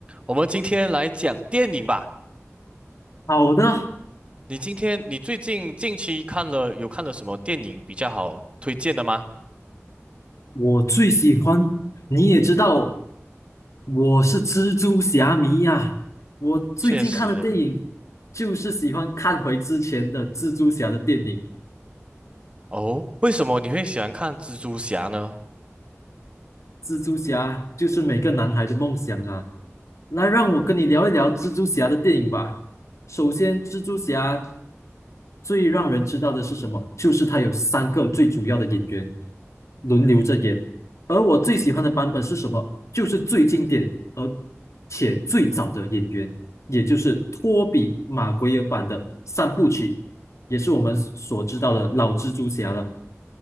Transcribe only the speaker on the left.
好的，
我最喜欢。你也知道，我是蜘蛛侠迷呀、我最近看的电影
就是喜欢看回之前的蜘蛛侠的电影。
蜘蛛侠就是每个男孩的梦想啊！来，让我跟你聊一聊蜘蛛侠的电影吧。首先，蜘蛛侠最让人知道的是什么？就是他有三个最主要的演员轮流着演，而我最喜欢的版本是什么？就是最经典而且最早的演员，也就是托比·马奎尔版的三部曲，也是我们所知道的老蜘蛛侠了。